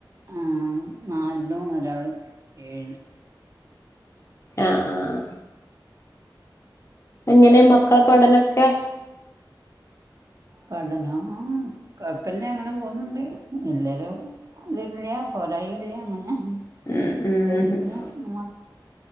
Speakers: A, on the right; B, on the left.
A: ആഹ് നാലിലും ഒരാള് ഏയിലും
B: ആഹ് ആഹ് എങ്ങനെ മക്കള പഠനൊക്കെ
A: പഠനം കൊഴപ്പില്ല അങ്ങനെ പോന്നുണ്ട് എല്ലരും അത്ല്ല പോരായു ഇല്ല അങ്ങനെ
B: ഉം ഉം
A: അത്യാവശ്യത്തിന് മാ..